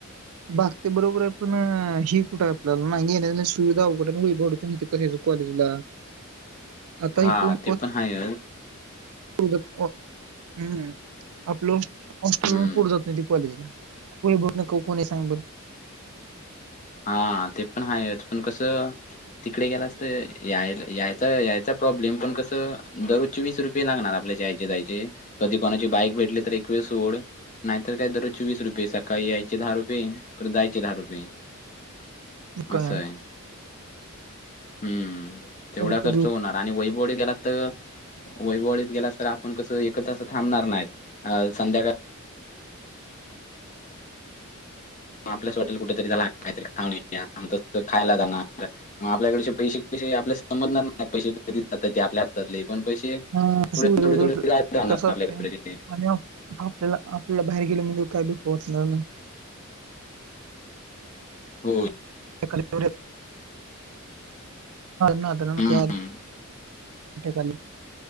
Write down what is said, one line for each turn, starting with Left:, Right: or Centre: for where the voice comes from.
Right: बागते बरोबर पण ही कुठं आपल्याला नाही येण्या सुविधा उघडड क कॉलेज आता
Left: हा
Right: इथून
Left: ते पण हाय
Right: म्म आपलं हॉस्टेल
Left: हम्म
Right: पुढ जात नाही त कॉलेजला बघ कोणी सां
Left: हा ते पण हा पण कसं तिकडे गेलास तर यायला यायचा यायचा प्रॉब्लेम पण कसं दररो पंचवीस रुपये लागणार आपल्या जा यायचे जायचे कधी कोणाची बाईक भेटली तर एकवीस सोड नाहीतर काय दर चोस रुये सकाळी याचे दहा रु तर जायचे दहा रुपये
Right: मग
Left: असंय
Right: काय
Left: हम्म तेवढा
Right: परत
Left: खर्च होणार आणि वैवडी गेला तर वैवळीत गेलास तर आपण कस एकत्र थांबणार नाहीत संध्याकाळी आपल्याच हॉटेल कुठेतरी झाला काहीतरी खा खायला जाणार मग आपल्याकडचे पैसे कैसे आपल्या समजणार नाही पैसे कधी जातात ते आपल्या हातातले पण पैसे
Right: हम कसं
Left: थोडे थोडे थोडे जात राहणार
Right: असते
Left: आपल्याकडे
Right: आपल्याला
Left: ते.
Right: आपल्याला बाहेर गेल म्हणजे काय दुख वाटणार नाही.
Left: हो
Right: सुर ना अटक
Left: हम्म.
Right: आ